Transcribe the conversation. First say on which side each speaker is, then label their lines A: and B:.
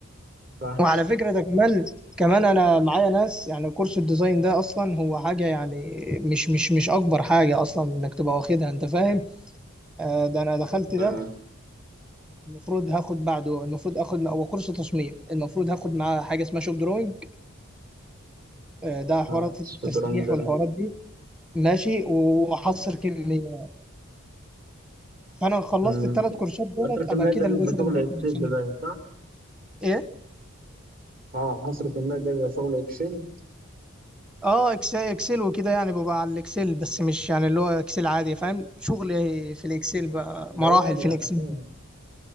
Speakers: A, on the right; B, in the centre.
A: صح
B: وعلى فكره ده كمان كمان انا معايا ناس يعني كورس الديزاين ده اصلا هو حاجه يعني مش مش مش اكبر حاجه اصلا انك تبقى واخدها انت فاهم آه، ده انا دخلت
A: اه
B: ده المفروض هاخد بعده المفروض اخد مع- هو كورس تصميم المفروض هاخد معاه حاجه اسمها شوب دروينج آه، ده حوارات
A: اه
B: التسليح
A: شطرنج ده
B: والحوارات دي ماشي وحصر كميه فانا خلصت
A: مم.
B: الثلاث كورسات دولت
A: حسرة
B: ابقى
A: الماء
B: كده
A: ده بيبقى
B: اللي هو شغل
A: شغل
B: المكتب
A: اكسل
B: الفني
A: باين صح؟
B: ايه
A: اه حصرة الماء ده بيبقى شغل اكسل
B: اه إكس- اكسل وكده يعني ببقى على الاكسل بس مش يعني اللي هو اكسل عادي فاهم شغل في الاكسل
A: آه.
B: بقى
A: ده
B: مراحل
A: ولا
B: في الاكسل
A: انا فاهم